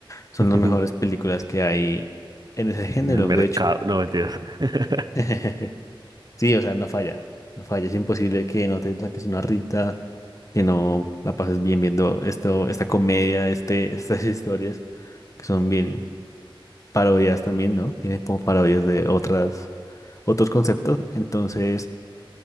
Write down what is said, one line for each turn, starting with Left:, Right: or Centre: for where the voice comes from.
Left: son
Right: <laughs>
Left: las mejores películas que hay en ese género.
Right: En el mercado,
Left: De hecho,
Right: no, mentiras. <laughs>
Left: <laughs> Sí, o sea, no falla. No falla. Es imposible que no te saques una rita, que no la pases bien viendo esto, esta comedia, este, <laughs> estas historias, que son bien parodias también, ¿no? Tienen como parodias de otras, otros conceptos. Entonces,